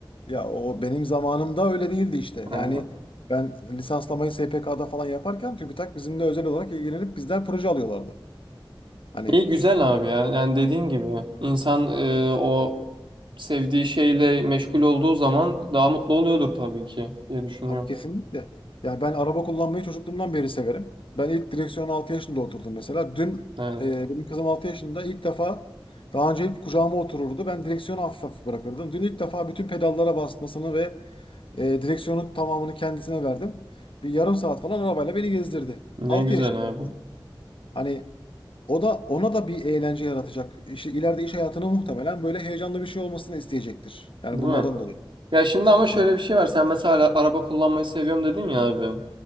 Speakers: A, on the left; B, on the right.
A: Ya o benim zamanımda öyle değildi işte.
B: Ha.
A: Yani ben lisanslamayı SPK'da falan yaparken TÜBİTAK bizimle özel olarak ilgilenip bizden proje alıyorlardı. Hani
B: İyi güzel abi ya. Yani dediğin gibi insan e, o sevdiği şeyle meşgul olduğu zaman daha mutlu oluyordur tabii ki diye düşünüyorum.
A: Abi kesinlikle. Ya ben araba kullanmayı çocukluğumdan beri severim. Ben ilk direksiyona 6 yaşında oturdum mesela. Dün
B: Evet.
A: e, benim kızım 6 yaşında ilk defa daha önce hep kucağıma otururdu. Ben direksiyonu hafif hafif bırakırdım. Dün ilk defa bütün pedallara basmasını ve e, direksiyonun tamamını kendisine verdim. Bir yarım saat falan arabayla beni gezdirdi.
B: Ne
A: 6
B: güzel
A: yaşında bir
B: abi.
A: kızım. Hani o da ona da bir eğlence yaratacak. İşte ileride iş hayatını muhtemelen böyle heyecanlı bir şey olmasını isteyecektir. Yani
B: Değil
A: bunlardan
B: mi?
A: dolayı.
B: Ya şimdi ama şöyle
A: Evet.
B: bir şey var. Sen mesela araba kullanmayı seviyorum dedin ya abi.